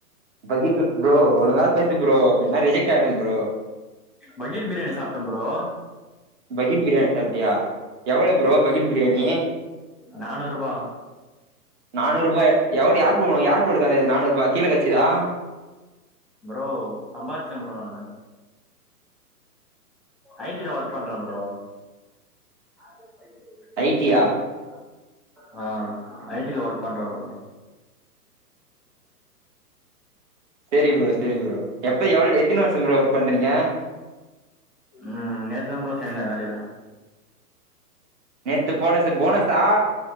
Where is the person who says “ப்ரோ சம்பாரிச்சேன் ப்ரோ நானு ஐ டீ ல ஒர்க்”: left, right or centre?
Centre